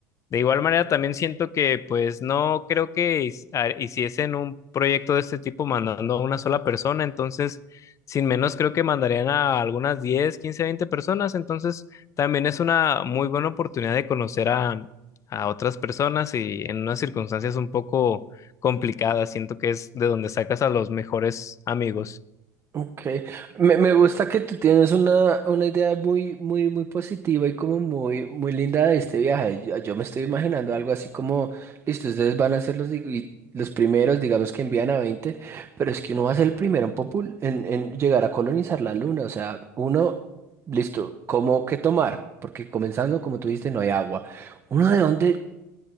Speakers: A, on the left (about 35°); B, on the right (about 30°).
A: De igual manera, también siento que, pues, no creo que his- a- hiciesen un proyecto de este tipo mandando a una sola persona, entonces, sin menos, creo que mandarían a algunas 10 15 20 personas, entonces, también es una muy buena oportunidad de conocer a, a otras personas y en unas circunstancias un poco complicadas, siento que es de donde sacas a los mejores amigos.
B: Ok, me, me gusta que tú tienes una, una idea muy, muy, muy positiva y como muy, muy linda de este viaje. Yo, yo me estoy imaginando algo así como, listo, ustedes van a ser los, dig- y los primeros, digamos que envían a 20, pero es que uno va a ser el primero en, popul- en, en llegar a colonizar la luna. O sea, uno, listo, ¿cómo qué tomar? Porque comenzando, como tú dijiste, no hay agua. ¿Uno de dónde?